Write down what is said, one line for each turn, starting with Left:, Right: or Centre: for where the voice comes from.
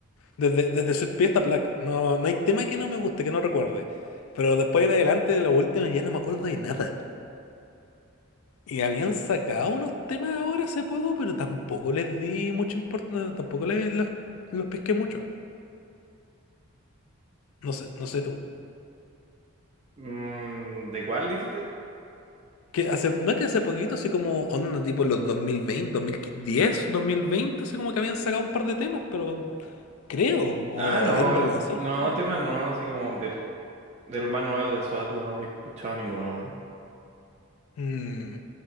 Left: Desde, desde Sweet Pea hasta Black. No, no hay tema que no me guste, que no recuerde. Pero después en adelante de los últimos ya no me acuerdo de nada. Y habían sacado unos temas ahora hace poco, pero tampoco les di mucha importancia, tampoco les, los, los pesqué mucho. No sé, no sé tú.
Right: Mm, ¿de cuál dijiste?
Left: Que hace, no es que hace poquito, así como onda, tipo los dos dos mil mil veinte dos mil diez dos mil veinte así como que habían sacado un par de temas, pero creo, o
Right: Ah, no,
Left: habían relanzado
Right: no,
Left: los temas.
Right: temas nuevos, así como del, del más nuevo de SWAT, no he escuchado ninguno.
Left: Mm,